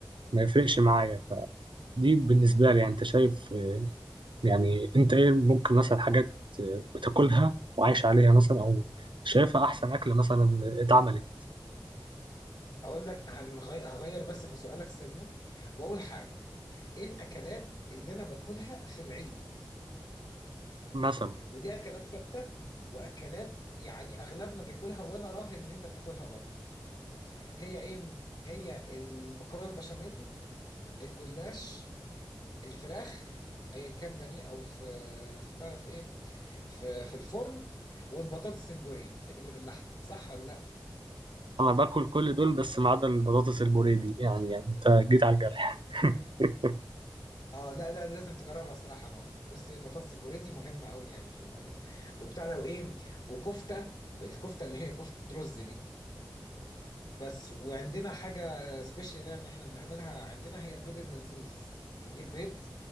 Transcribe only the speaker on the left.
اقول لك هنغير هغير بس في سؤالك سنة واول حاجة ايه الاكلات اللي انا باكلها في العيد
ودي اكلات ثابته واكلات يعني اغلبنا بياكلها وانا راهن ان انت بتاكلها برضو هي ايه هي المكرونه البشاميل الجلاش الفراخ ايا كان بانيه او في في بتعرف ايه في في الفرن والبطاطس البوريه اللي باللحمه صح ولا لا
اه لا لا لازم تجربها الصراحه يا ماركو بص ايه البطاطس البوريه دي مهمه قوي يعني في الموضوع وبتاع لو ايه وكفته الكفته اللي هي كفته رز دي بس وعندنا حاجة سبيشال يعني احنا بنعملها عندنا هي البيض الملزوز بنجيب بيض